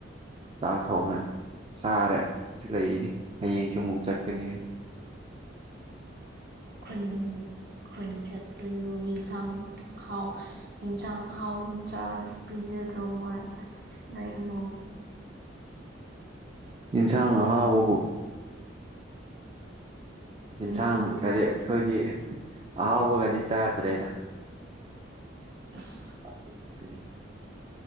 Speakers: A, on the right; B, on the right.
A: ꯆꯥꯛ ꯊꯣꯡꯉꯦ ꯆꯥꯔꯦ ꯂꯩꯔꯤ ꯍꯌꯦꯡꯁꯨ ꯑꯃꯨꯛ ꯆꯠꯀꯅꯤ
B: ꯈꯨꯟ ꯈꯨꯟ ꯆꯠꯄꯗꯨ ꯏꯟꯁꯥꯡ ꯍꯥꯎ ꯌꯦꯟꯁꯥꯡ ꯑꯍꯥꯎꯕ ꯆꯥꯔ ꯄꯤꯖꯗ꯭ꯔꯣ ꯃꯣꯏ ꯅꯣꯏ ꯏꯃꯨꯡ
A: ꯏꯟꯁꯥꯡ ꯑꯍꯥꯎꯕꯕꯨ
B: <inaudible>
A: ꯌꯦꯟꯁꯥꯡꯒꯗꯤ
B: ꯆꯥꯏꯌꯦ
A: ꯑꯩꯈꯣꯏꯗꯤ ꯑꯍꯥꯎꯕꯒꯗꯤ ꯆꯥꯗ꯭ꯔꯦꯗ
B: <unintelligible>
A: <unintelligible>